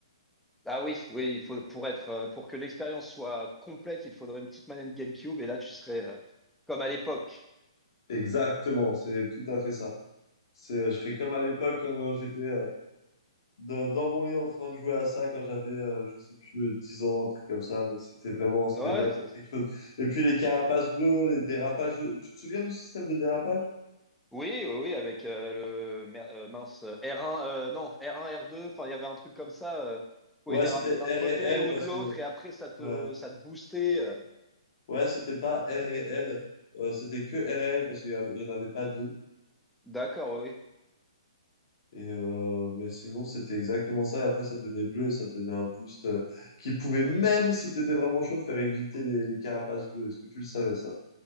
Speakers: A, in the centre; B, on the left.
A: Ah oui, oui, il faut pour être euh, pour que l'expérience soit complète, il te faudrait une petite manette GameCube et là tu serais euh, comme à l'époque.
B: Exactement, c'est tout à fait ça. C'est, euh, je serais comme à l'époque quand, quand j'étais euh, dans, dans mon lit en train de jouer à ça quand j'avais, euh, je sais plus, euh, 10 ans, un truc comme ça, mais c'était vraiment, c'était
A: Euh, Ouais,
B: vraiment
A: c'est
B: quelque chose. Et puis les carapaces bleues, les dérapages, euh, tu te souviens du système de dérapage?
A: Oui, oui, oui, avec euh, le mer- euh, mince euh, R1, euh, non, R1, R2, enfin il y avait un truc comme ça, euh, pouvait
B: Ouais,
A: déraper
B: c'était
A: d'un
B: R
A: côté
B: et L
A: ou
B: parce
A: de l'autre
B: que,
A: et après ça te
B: ouais,
A: ça te boostait. euh.
B: ouais, c'était pas R et L, euh, c'était que R et L parce qu'il y avait- il y en avait pas deux.
A: D'accord, oui. oui.
B: Et euh, mais sinon, c'était exactement ça. Et après, ça te donnait bleu et ça te donnait un boost euh, qui pouvait, même si tu étais vraiment chaud, te faire éviter les, les carapaces bleues. Est-ce que tu le savais, ça?